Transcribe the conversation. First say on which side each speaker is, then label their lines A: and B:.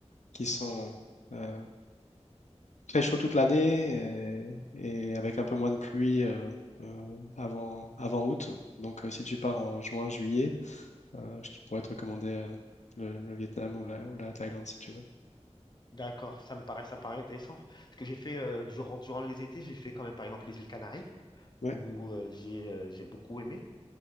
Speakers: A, on the left; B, on the left.
A: qui sont euh, très chauds toute l'année et, et avec un peu moins de pluie euh, euh, avant, avant août. Donc, euh, si tu pars en juin, juillet, euh, je pourrais te recommander euh, le, le Vietnam
B: Mm.
A: ou la, ou la Thaïlande si tu veux.
B: D'accord, ça me paraît, ça me paraît intéressant. Ce que j'ai fait euh, durant, durant les étés, j'ai fait quand même par exemple les îles Canaries,
A: Oui,
B: où euh, j'ai euh, j'ai beaucoup aimé